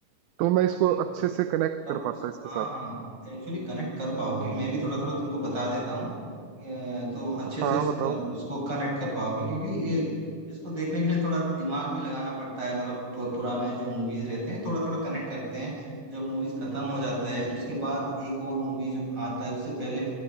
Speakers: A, on the right; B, on the right.
A: तो
B: अरे
A: मैं इसको
B: भाई
A: अच्छे से कनेक्ट
B: तब
A: कर पाता इसके
B: हाँ
A: साथ
B: हाँ एक्चुअली कनेक्ट कर पाओगे मैं भी थोड़ा थोड़ा तुमको बता देता हूँ ये, तो अच्छे
A: हाँ
B: से
A: बताओ
B: अ, उसको कनेक्ट कर पाओगे क्योंकि ये इसको देखने के लिए थोड़ा दिमाग भी लगाना पड़ता है मतलब पु- पुराने जो मूवीज रहते हैं थोड़ा थोड़ा कनेक्ट करते हैं जब मूवीज खत्म हो जाता है उसके बाद एक और मूवी जब आता है उससे पहले